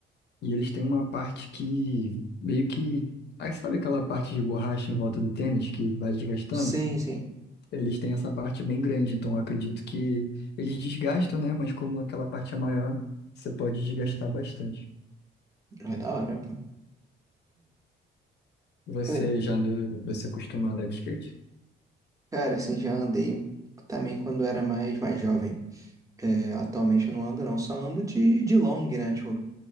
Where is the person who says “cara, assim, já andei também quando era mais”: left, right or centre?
Right